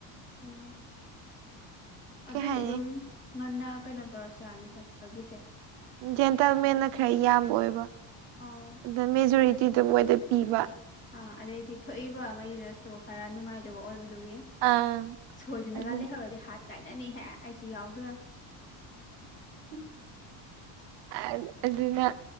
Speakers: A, on the left (about 25°); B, on the right (about 70°).
A: ꯑꯣ
B: ꯀꯩ
A: ꯑꯗꯨꯏꯗꯤ
B: ꯍꯥꯏꯅꯤ
A: ꯑꯗꯨꯝ ꯉꯟꯅ ꯀꯩꯅꯣ ꯇꯧꯔꯁꯨ ꯌꯥꯔꯅꯤ ꯆꯠꯄꯒꯤꯁꯦ
B: ꯖꯦꯟꯇꯜ ꯃꯦꯟꯅ ꯈꯔ ꯌꯥꯝꯕ ꯑꯣꯏꯕ
A: ꯑꯧ
B: ꯑꯗ ꯃꯦꯖꯣꯔꯤꯇꯤꯗ ꯃꯣꯏꯗ ꯄꯤꯕ
A: ꯑꯥ ꯑꯗꯩꯗꯤ ꯊꯣꯛꯏꯕ ꯑꯃꯒꯤꯗ ꯑꯣ ꯈꯔ ꯅꯨꯡꯉꯥꯏꯗꯕ ꯑꯣꯏꯕꯗꯨꯒꯤ
B: ꯑꯥ
A: ꯁꯣꯏꯗꯅꯒ
B: ꯑꯗꯨ
A: ꯂꯩꯍꯧꯔꯗꯤ ꯍꯥꯠ ꯀꯥꯏꯅꯅꯤꯍꯦ ꯑꯩꯁꯨ ꯌꯥꯎꯗꯣꯏ <inaudible>
B: ꯑ ꯑꯗꯨꯅ